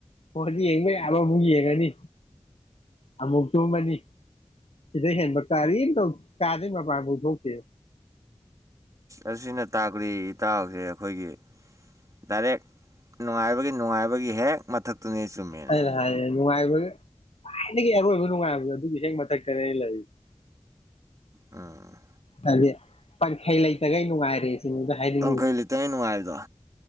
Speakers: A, on the left; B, on the right.
A: ꯐꯣꯟꯁꯤ ꯌꯦꯡꯕ ꯌꯥꯕ ꯑꯃꯨꯛ ꯌꯦꯡꯉꯅꯤ꯫ ꯑꯃꯨꯛ ꯇꯨꯝꯃꯅꯤ ꯁꯤꯗꯩꯩ ꯍꯦꯟꯕ ꯀꯔꯤꯝ ꯇꯧꯗꯦ ꯀꯥꯗꯩꯩ ꯃꯄꯥꯟ ꯐꯥꯎ ꯊꯣꯛꯇꯦ꯫
B: ꯑꯁꯤꯅ ꯇꯥꯛꯄꯗꯤ ꯏꯇꯥꯎꯁꯦ ꯑꯩꯈꯣꯏꯒꯤ ꯗꯥꯏꯔꯦꯛ ꯅꯨꯡꯉꯥꯏꯕꯒꯤ ꯅꯨꯡꯉꯥꯏꯕꯒꯤ ꯍꯦꯛ꯫ ꯃꯊꯛꯇꯨꯅꯦ ꯆꯨꯝꯃꯦꯅꯦ꯫
A: ꯑꯩꯅ ꯍꯥꯏꯌꯦ ꯅꯨꯡꯉꯥꯏꯕ ꯈ꯭ꯋꯥꯏꯗꯒꯤ ꯑꯔꯣꯏꯕ ꯅꯨꯡꯉꯥꯏꯕꯗꯣ ꯑꯗꯨꯒꯤ ꯍꯦꯛ ꯃꯊꯛꯇꯅꯦ ꯑꯩꯅ ꯂꯩꯔꯤꯁꯦ꯫
B: ꯎꯝ꯫
A: ꯍꯥꯏꯗꯤ ꯄꯟꯈꯩ ꯂꯩꯇꯒꯩ ꯅꯨꯡꯉꯥꯏꯔꯦ꯫ ꯁꯤꯅꯤꯗ ꯍꯥꯏꯅꯤꯡꯉꯤ
B: ꯄꯟꯈꯩ ꯂꯩꯇꯒꯩ ꯅꯨꯡꯉꯥꯏꯕꯗꯣ꯫